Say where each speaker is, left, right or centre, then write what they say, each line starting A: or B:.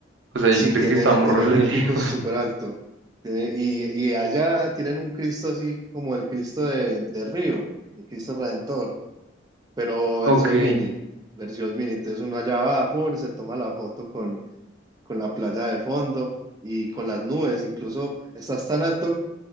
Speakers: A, on the right; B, on the right.
A: O sea,
B: Sí,
A: yo siento
B: tiene,
A: que estamos
B: tiene
A: re
B: un
A: <laughs> lejos.
B: pico súper alto. Tiene- y, y allá tienen un Cristo así como el Cristo de, de Río, el Cristo Redentor, pero versión
A: Ok.
B: mini, versión mini. Entonces uno allá va, pum, se toma la foto con, con la playa de fondo y con las nubes. Incluso estás tan alto